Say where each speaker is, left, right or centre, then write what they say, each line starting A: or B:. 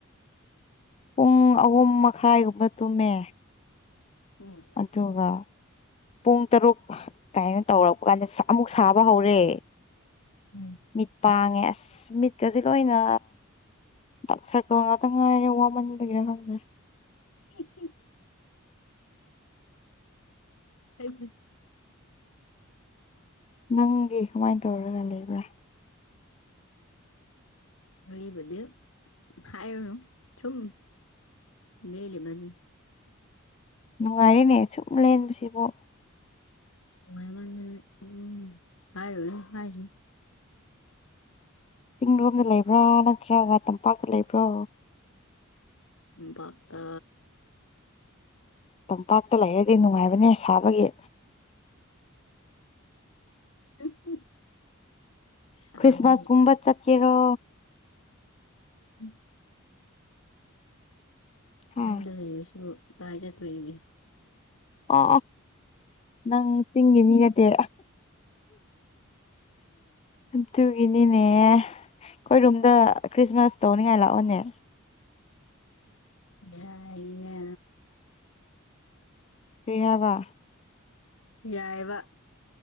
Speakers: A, on the left (about 30°); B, on the left (about 75°).
A: ꯄꯨꯡ ꯑꯍꯨꯝ ꯃꯈꯥꯏꯒꯨꯝꯕ ꯇꯨꯝꯃꯦ
B: ꯎꯝ
A: ꯑꯗꯨꯒ ꯄꯨꯡ ꯇꯔꯨꯛ ꯀꯃꯥꯏꯅ ꯇꯧꯔꯛꯄ ꯀꯥꯟꯗ ꯑꯃꯨꯛ ꯁꯥꯕ ꯍꯧꯔꯦ
B: ꯎꯝ
A: ꯃꯤꯠꯄꯥꯡ ꯁ ꯃꯤꯠꯀꯁꯤꯦ ꯀ ꯑꯣꯏꯅ ꯗꯥꯛ ꯁꯔꯀꯜ ꯉꯥꯛꯇ ꯉꯥꯏꯔꯦ ꯋꯥꯃꯟꯕꯒꯤꯔ ꯈꯪꯗ꯭ꯔꯦ
B: ꯑꯦꯁ ꯍꯥꯏ ꯐ
A: ꯅꯪꯗꯤ ꯀꯃꯥꯏꯅ ꯇꯧꯔꯒ ꯂꯩꯕ꯭ꯔꯥ
B: ꯑꯕꯗꯨꯦ ꯍꯥꯏꯔꯅ ꯁꯨꯝ ꯂꯩ ꯂꯩ ꯃꯅꯤ
A: ꯅꯨꯡꯉꯥꯏꯔꯤꯅꯦ ꯁꯨꯝ ꯂꯦꯟꯕꯁꯤꯕꯨ
B: ꯃꯥꯏ ꯎꯝ ꯍꯥꯏ ꯍꯥꯏ
A: ꯆꯤꯡꯡꯂꯣꯝꯗ ꯂꯩꯕ꯭ꯔꯥ ꯅꯠꯇ꯭ꯔꯒ ꯇꯝꯄꯥꯛꯇ ꯂꯩꯕ꯭ꯔꯣ
B: ꯄꯥꯇ
A: ꯇꯝꯄꯥꯛꯇ ꯂꯩꯔꯗꯤ ꯅꯨꯡꯉꯥꯏꯕꯅꯦ ꯁꯥꯕꯒꯤ
B: <unintelligible> ꯁꯥꯕꯒꯤ
A: ꯈ꯭ꯔꯤꯁꯃꯥꯁꯒꯨꯝꯕ ꯆꯠꯀꯦꯔꯣ
B: <unintelligible>
A: ꯍꯥ
B: ꯌꯨꯝꯗ ꯂꯩꯕꯁꯨ ꯀꯥꯏ ꯆꯠꯇꯣꯔꯤꯒꯦ
A: ꯑ ꯅꯪ ꯆꯤꯡꯒꯤ ꯃꯤ ꯅꯠꯇꯦ ꯑꯗꯨꯒꯤꯅꯤꯅꯦ ꯑꯩꯈꯣꯏꯔꯣꯝꯗ ꯈ꯭ꯔꯤꯁꯃꯥꯁ ꯇꯧꯅꯤꯡꯉꯥꯏ ꯂꯥꯛꯑꯣꯅꯦ
B: ꯌꯥꯏꯅꯦ
A: ꯀ꯭ꯔꯤ ꯍꯥꯏꯕ
B: ꯌꯥꯏꯕ